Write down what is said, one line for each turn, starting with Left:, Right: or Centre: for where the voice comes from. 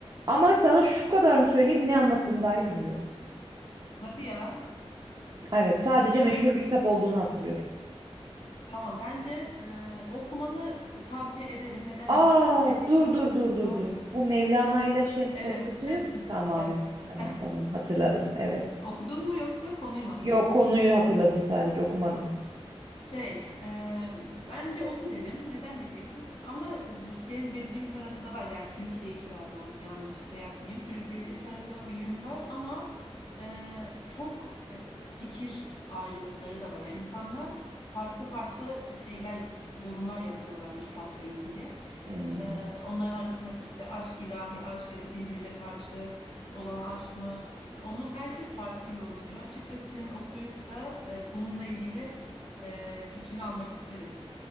Right: Ama sana şu kadarını söyleyeyim ne anlattığını dahi bilmiyorum.
Left: Hadi ya.
Right: Evet, sadece
Left: Ya
Right: meşhur bir kitap olduğunu hatırlıyorum.
Left: Tamam bence e, okumanı e, tavsiye ederim. Neden
Right: Aa
Left: diyeceksin? dedi.
Right: dur dur dur dur
Left: Ne oldu?
Right: dur. Bu Mevlana ile Şems
Left: Evet,
Right: Tebrisi'nin
Left: Şemsin.
Right: tamam
Left: Evet, evet.
Right: tamam
Left: <laughs>
Right: tamam hatırladım evet.
Left: Okudun mu yoksa konuyu mu hatırladın?
Right: Yok konuyu hatırladım sadece okumadım.
Left: Ha. Şey, e, bence oku derim. Neden diyeceksin? Ama bu cezbedici bir tarafı da var. Yani sürükleyici daha doğrusu yanlış şey yapmayayım. Sürükleyici bir tarafı ve bir yönü var ama e, çok e, fikir ayrılıkları da var. Yani insanlar farklı farklı şeyler, yorumlar yapıyorlar bu kitapla ilgili.
Right: Hmm.
Left: E, onların arasındaki işte aşk, ilahi aşk ya da birbirine karşı olan aşk mı? Onu herkes farklı yorumluyor. Açıkçası senin okuyup da e, bununla ilgili ee, fikrini almak isterim.